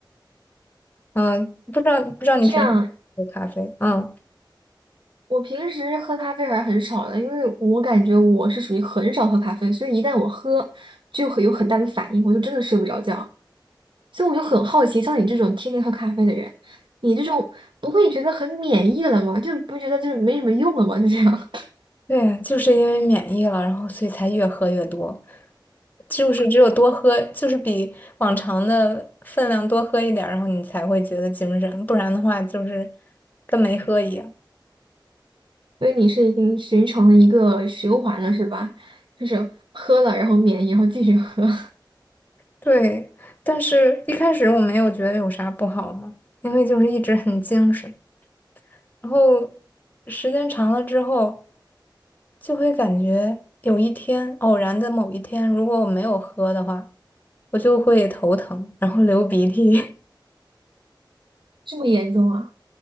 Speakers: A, on the left; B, on the right.
A: 嗯，不知道不知道你平时喝咖啡，
B: 这样，
A: 嗯。
B: 我平时喝咖啡还是很少的，因为我感觉我是属于很少喝咖啡，所以一旦我喝，就会有很大的反应，我就真的睡不着觉。所以我就很好奇，像你这种天天喝咖啡的人，你这种不会觉得很免疫了吗？就不觉得就是没什么用了吗？就这样，<laughs>
A: 对，就是因为免疫了，然后所以才越喝越多，就是只有多喝，就是比往常的分量多喝一点儿，然后你才会觉得精神，不然的话就是跟没喝一样。
B: 所以你是已经形成了一个循环了，是吧？就是喝了，然后免疫，然后继续喝，<laughs>
A: 对，但是一开始我没有觉得有啥不好嘛，因为就是一直很精神，然后时间长了之后，就会感觉有一天偶然的某一天，如果我没有喝的话，我就会头疼，然后流鼻涕。
B: 这么严重啊？